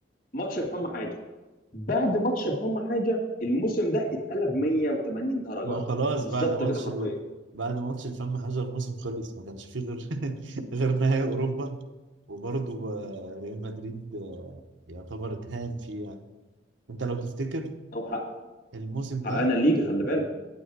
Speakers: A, on the left; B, on the right.
A: ماتش الفم حاجه بعد ماتش الفم حاجه الموسم ده اتقلب 180 درجه
B: ما هو خلاص
A: بالظبط
B: بعد ماتش
A: كده حرفيا
B: ال... بعد ماتش الفم حاجة الموسم خلص ما كانش فيه غير <laughs> غير نهائي أوروبا وبرضه آه، ريال مدريد آه، يعتبر اتهان فيه يعني انت لو تفتكر
A: او حق
B: الموسم
A: حققنا
B: ده
A: الليجا خلي بالك